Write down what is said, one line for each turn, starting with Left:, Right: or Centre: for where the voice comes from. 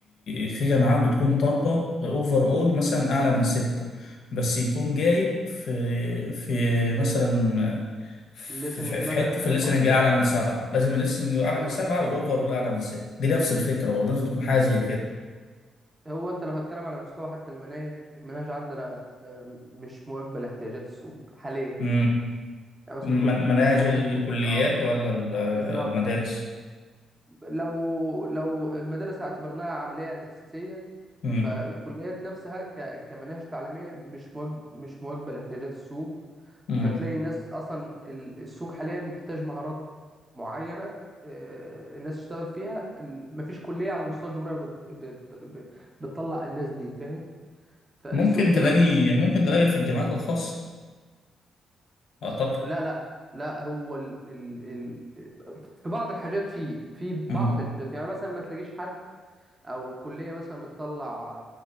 Left: في جامعات بتكون طالبه اوفر اول مثلا اعلى من ستة بس يكون جايب في في مثلا في
Right: الليسننج
Left: في- في
Right: مثلا
Left: حته
Right: حاجه
Left: في الليسننج
Right: معينه
Left: اعلى من سبعه
Right: اه
Left: لازم الليسننج اعلى
Right: فاهم
Left: من سبعه واوفر اول اعلى من سته دي نفس الفكره
Right: فاهم.
Left: برضه لازم تكون حاجه زي
Right: هو انت لو هتكلم على مستوى حتى المناهج المناهج عندنا آه، مش مواكبه لاحتياجات السوق حاليا
Left: كده
Right: يعني مثلا
Left: من-
Right: كل
Left: مناهج
Right: حتى
Left: الكليات
Right: الكل... اه
Left: ولا ال-
Right: اه بالظبط
Left: المدارس
Right: لو لو المدارس اعتبرناها عملية تأسيسية
Left: مم.
Right: فالكليات نفسها ك... كمناهج تعليمية مش مواج... مش مواكبة لاحتياجات السوق
Left: مم.
Right: فتلاقي الناس أصلا ال- السوق حاليا محتاج مهارات معينة آه، الناس تشتغل فيها ال- مفيش كلية على مستوى الجمهورية بت... بت... بت- بتطلع الناس دي فاهم فالسوق
Left: ممكن
Right: دلوقتي
Left: تلاقي ممكن تلاقي في الجامعات الخاصة أعتقد
Right: لا لا لا هو ال... ال... ال... في بعض الحاجات فيه في بعض
Left: مم.
Right: الحاجات يعني مثلا ما تلاقيش حد او كليه مثلا بتطلع